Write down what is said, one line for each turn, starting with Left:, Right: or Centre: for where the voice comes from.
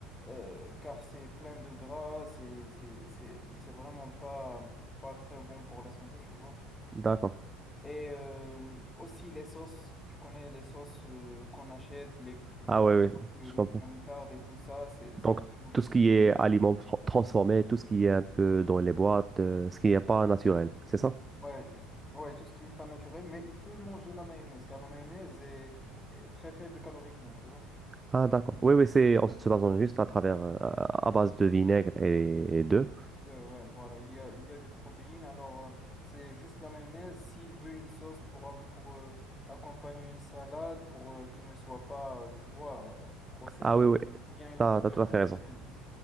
Left: euh, car c'est plein de gras, c'est c'est- c'est- c'est vraiment pas, pas très bon pour la santé, tu vois.
Right: D'accord.
Left: Et euh, aussi les sauces, tu connais les sauces euh, qu'on achète, les, le
Right: Ah
Left: ketchup,
Right: oui, oui,
Left: le-
Right: je comprends.
Left: la moutarde et tout ça, c'est c'est
Right: Donc,
Left: vraiment trop.
Right: tout ce qui
Left: bon.
Right: est aliments tra- transformés, tout ce qui est un peu dans les boîtes, euh, ce qui n'est pas naturel, c'est ça?
Left: Ouais, m- ouais, tout ce qui est pas naturel, mais il peut manger la mayonnaise, car la mayonnaise est est très faible caloriquement, tu vois.
Right: Ah, d'accord. Oui, oui, c'est en se basant juste à travers, euh, à à base de vinaigre et, et d'œufs.
Left: De- ouais, voilà, il y a, il y a des protéines. Alors, euh, c'est juste la mayonnaise. S'il veut une sauce pour, av- pour euh, accompagner une salade, pour euh, qu'il ne soit pas, euh, tu vois, euh, trop sèche,
Right: Ah oui, oui,
Left: eh bien, il
Right: t'as,
Left: peut faire
Right: t'as tout à
Left: juste
Right: fait raison.
Left: la mayonnaise.